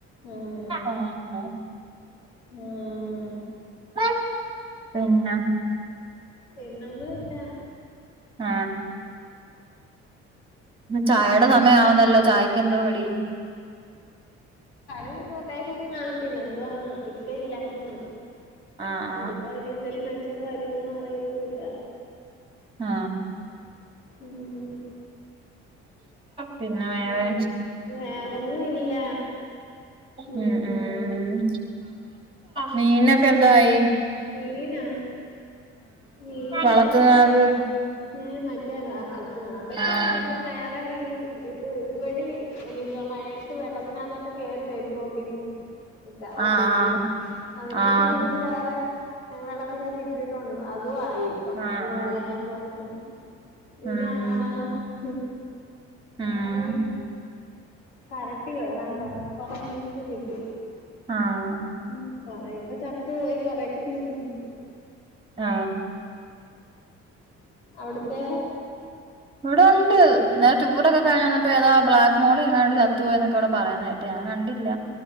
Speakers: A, on the left (about 85°); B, on the right (about 15°).
A: ആഹ്
B: ആ അ
A: ആഹ്
B: മം <unintelligible> പിന്ന
A: പിന്നൊന്നുല്ല
B: ആ ചായയുടെ സമയ ആവുന്നല്ലോ ചായക്ക് എന്തോ കടി
A: <unintelligible> പ്രത്യാഗിച്ചൊന്നും കാണത്തില്ല എന്തുവാന്ന് ഇക്ക ഇല്ലായിര്ന്ന്
B: ആഹ്
A: വരുമ്പോ ഇനി എന്തെലും മേടിച്ചോണ്ട് വരോന്ന് അറിയത്തുല്ല
B: ആ
A: ഉം
B: പിന്നെ
A: ഉം
B: വേറേ
A: വേറൊന്നും ഇല്ല ഉം
B: മ് മ് മീനൊക്കെന്തായി
A: മീനാ മീൻ
B: വളർത്തുന്നത്
A: <unintelligible> ഏ മറ്റേതാ വളർത്തുന്നാ അതൊക്കെ
B: ആഹ്
A: ഉണ്ട് ഇപ്പം വേ <unintelligible> കുറെ മീനും ഇട്ട് ഇതുവഴി എന്തോ മഴയത്ത് വെള്ളത്തിനകത്തോട്ട് കേറി വരും തോ <unintelligible> ന്ന് വെളളത്തിന്ന്
B: ആഹ്
A: അതിനെയൊക്കെ
B: ആഹ്
A: പിടിച്ച് വേറെ വെള്ളത്തിനൊക്കെ ഇട്ടിട്ടോള്ളു അതു ആയി ഇപ്പം
B: ആഹ്
A: ഇവിടുള്ളേനെ
B: ആഹ്
A: പോലെ പിന്ന
B: ഉം
A: ആണ ഹ്
B: ഉം
A: അ <unintelligible> കരട്ടിയോ ഏതാണ്ടോ അങ്ങനെ കൊറെ മീനൊക്കെ കിട്ടി
B: ആഹ്
A: മ് കൊറെയൊക്കെ ചത്ത് പോയി കൊറെക്കെ <unintelligible> ന്നുണ്ട്
B: ആ
A: അവിട്ത്തെ
B: ഇവിടൊണ്ട് ഇന്നലെ ടൂറൊക്കെ കഴി വന്നപ്പോ ഏതാ ബ്ലാക്ക് മോളിയങ്ങാണ്ട് ചത്ത് പോയന്നൊക്കെ ഇവിടെ പറയന്ന്കേട്ട് ഞാൻ കണ്ടില്ല